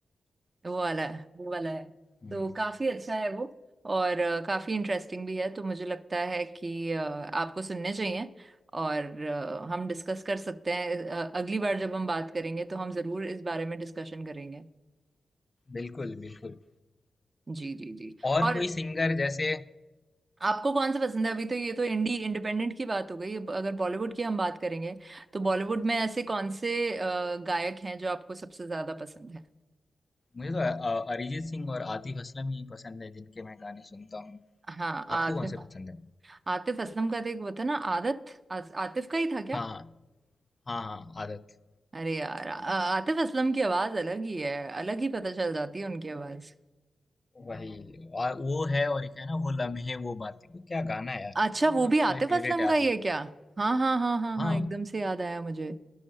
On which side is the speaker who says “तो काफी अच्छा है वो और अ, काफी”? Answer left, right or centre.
Right